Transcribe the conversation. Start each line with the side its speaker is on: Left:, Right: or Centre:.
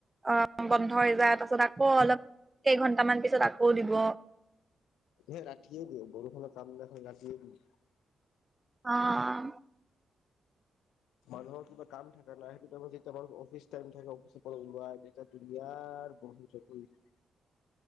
Right: অঁ বন্ধ হৈ যায় তাছত আকৌ অলপ কেইঘন্টামান পিছত আকৌ দিব।
Left: য়ে ৰাটিয়ে দিয়ে বৰষুণৰ কামনাখন ৰাতিয়ে দিয়ে।
Right: অঁ অঁ।
Left: মানুহৰ কিবা কাম থাকে না সেইটো টাইমত যে তাবাৰ অফিচ টাইম থাকে অফিচৰ পৰা ওলোৱা তেতিয়া লীয়াৰ বহুত চকুইত।